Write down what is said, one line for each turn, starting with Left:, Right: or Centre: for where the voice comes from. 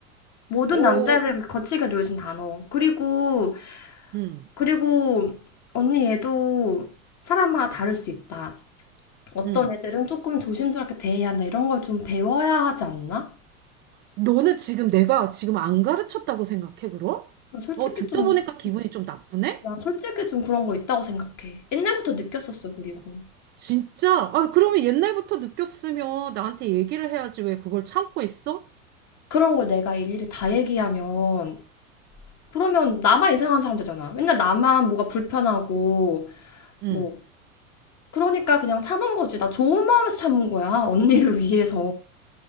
Left: 모든
Right: 어
Left: 남자애들 그렇게 거칠게 놀진 않아 그리고
Right: 음.
Left: 그리고 언니 얘도 사람마다 다를 수 있다 어떤
Right: 음.
Left: 애들은 조금 조심스럽게 대해야 한다 이런 걸 좀 배워야 하지 않나?
Right: 너는 지금 내가 지금 안 가르쳤다고 생각해, 그럼?
Left: 난 솔직히
Right: 어, 듣다
Left: 좀
Right: 보니까 기분이 좀 나쁘네?
Left: 난 솔직히 좀 그런 거 있다고 생각해 옛날부터 느꼈었어 그리고
Right: 진짜? 아, 그러면 옛날부터 느꼈으면 나한테 얘기를 해야지 왜 그걸 참고 있어?
Left: 그런 걸 내가 일일이 다 얘기하면 그러면 나만 이상한 사람 되잖아. 맨날 나만 뭐가 불편하고
Right: 응.
Left: 뭐 그러니까 그냥 참은 거지. 나 좋은 마음에서 참은 거야. 언니를 <laughs> 위해서.